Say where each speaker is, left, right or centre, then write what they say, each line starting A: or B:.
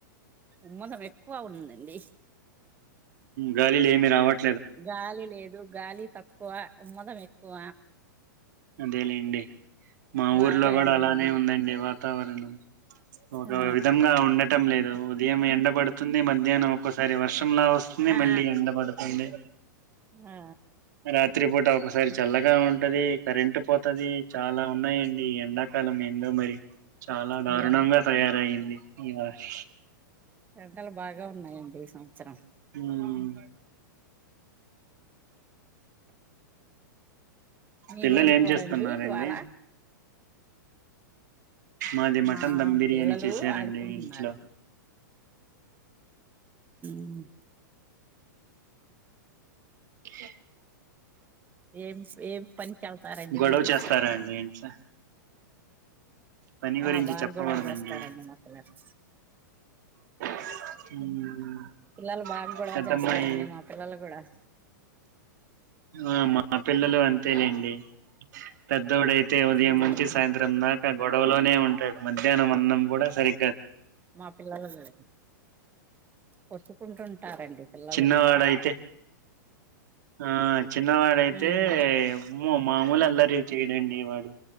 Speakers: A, on the right; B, on the right.
A: ఉమ్మదం ఎక్కువ ఉందండి
B: గాలి లేమి రావట్
A: గాలి లేదు గాలి తక్కువ ఉమ్మదం ఎక్కువ
B: అదేలేండి మా ఊర్లో
A: బాగా
B: కూడా
A: ఎండలు
B: అలానే
A: ఉన్నాయి
B: ఉందండి వాతావరణం ఒక
A: ఆ
B: విధంగా ఉండటం లేదు ఉదయం ఎండబడుతుంది మధ్యాహ్నం ఒక్కోసారి వర్షంలా వస్తు అ
A: ఆ
B: మళ్లి ఎండా పడుతుంది
A: ఆ
B: రాత్రి పూట ఒకసారి చల్లగా ఉంటది కరెంట్ పోతది చాలా ఉన్నయండి ఈ ఎండాకాలం ఏందో మరి చాలా దారుణంగా
A: ఈ ఎం
B: తయారైంది ఈ వాష్
A: ఎండలు బాగా ఉన్నాయండి ఈ సంవత్సరం.
B: ఉమ్
A: మీదేం
B: పిల్లలు ఏం
A: కూరండి
B: చేస్తున్నారండి
A: ఇవాళ
B: మాది మటన్
A: మా
B: దమ్ బిర్యానీ
A: పిల్లలు
B: చేసారండి
A: ఆడుకుంటున్నారం
B: ఇంట్లో
A: మ్
B: కే
A: ఏం ఏం పనికెళ్తారండి
B: గొడవ
A: మీరు?
B: చేస్తారా అండి ఇంట్లో పని గురించి
A: ఆ బాగ్
B: చెప్పకూడదండి
A: గొడవ చేస్తారండి మా పిల్లల్
B: ఉమ్
A: పిల్లలు బాగ్ గొడవ
B: పెద్దమ్మాయి
A: చేస్తారండి మా పిల్లలు గుడా
B: ఆ మా పిల్లలు అంతే లెండి పెద్దోడై తే ఉదయం
A: ఉమ్
B: నుంచి సాయంత్రం దాక గొడవలోనే ఉంటాడు మధ్యాహ్నం అన్నం గుడా సరి
A: మా పిల్లల్ అల్లరే కొట్టు కుంటుంటారండి పిల్లలు.
B: చిన్నవాడైతే ఆ చిన్నవాడైతే.
A: ఉమ్
B: మ్మో మామూల్ అల్లరి చేయడండి వాడు